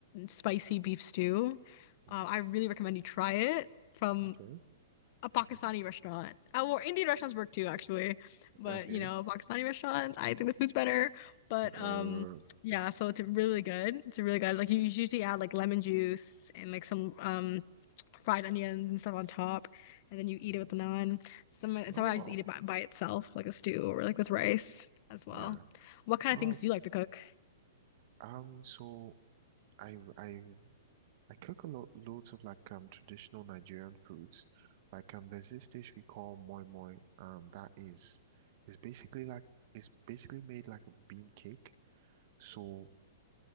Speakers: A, on the left; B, on the right.
A: spicy beef stew. Uh,
B: Mm,
A: I really recommend you try it from
B: okay.
A: a Pakistani
B: <laughs>
A: restaurant. Uh, well, Indian restaurants work too, actually. But
B: Okay.
A: you know, Pakistani restaurants, I think the food's better. But
B: Uh,
A: um,
B: <laughs>
A: yeah, so it's really good. It's really good. Like you usually add like lemon juice and like some um fried onions and stuff on top, and then you eat
B: Mhm.
A: it with the naan. Some and
B: Oh,
A: some I just eat it by, by itself, like a stew or like with rice as well.
B: yeah.
A: What kind
B: Well,
A: of things do you like to cook?
B: um, so I I I cook a lot loads of like um traditional Nigerian foods. Like um there's this dish we call moi moi. Um that is is basically like it's basically made like a bean cake. So